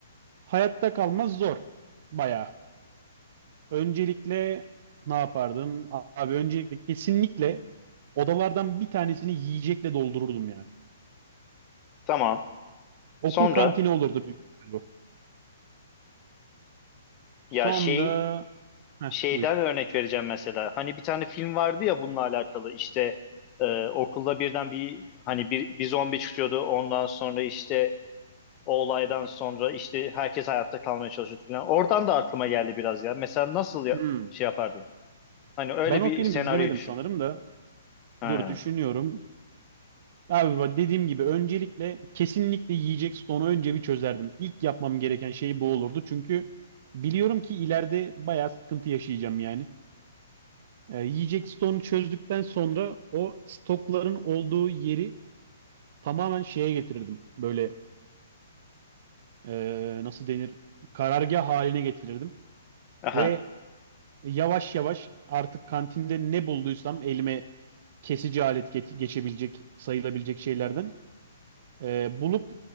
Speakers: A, on the right; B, on the left.
A: Hayatta kalmaz zor. Bayağı. Öncelikle ne yapardım? A- Abi öncelikle kesinlikle odalardan bir tanesini yiyecekle doldururdum ya.
B: tamam.
A: Okul
B: Sonra
A: kantini olurdu büyük ihtimal bu. Sonra
B: ya şey
A: heh,
B: Şeyden
A: buyur.
B: örnek vereceğim mesela. Hani bir tane film vardı ya bununla alakalı. İşte e, okulda birden bir hani bir, bir zombi çıkıyordu. Ondan sonra işte o olaydan sonra işte herkes hayatta kalmaya çalışıyordu falan. Oradan da aklıma geldi biraz ya. Mesela nasıl ya-
A: Hmm.
B: şey yapardın? Hani öyle
A: Ben o
B: bir
A: filmi
B: senaryoyu
A: izlemedim
B: düşün.
A: sanırım da.
B: Ha.
A: Dur düşünüyorum. Abi bak dediğim gibi öncelikle kesinlikle yiyecek stoğunu önce bir çözerdim. İlk yapmam gereken şey bu olurdu. Çünkü biliyorum ki ileride bayağı sıkıntı yaşayacağım yani. Ee, yiyecek stoğunu çözdükten sonra o stokların olduğu yeri tamamen şeye getirirdim. Böyle e, nasıl denir? Karargah haline getirirdim.
B: Aha.
A: Ve yavaş yavaş artık kantinde ne bulduysam elime kesici alet ge- geçebilecek, sayılabilecek şeylerden e, bulup